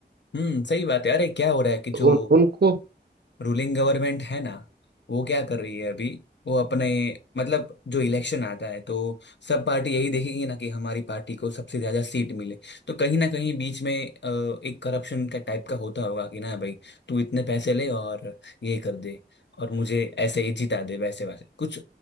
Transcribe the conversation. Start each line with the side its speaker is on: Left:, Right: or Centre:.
Left: हम्म सही बात है अरे क्या हो रहा है कि
Right: तो
Left: जो
Right: उन, उनको
Left: रूलिंग गवर्नमेंट है ना वो क्या कर रही है अभी वो अपने मतलब जो इलेक्शन आता है तो सब पार्टी यही देखेगी ना कि हमारी पार्टी को सबसे ज्यादा सीट मिले तो कहीं ना कहीं बीच में अ, एक करप्शन का टाइप का होता होगा कि ना भाई तू इतने पैसे ले और ये कर दे और मुझे ऐसे ही जिता दे वैसे वैसे कुछ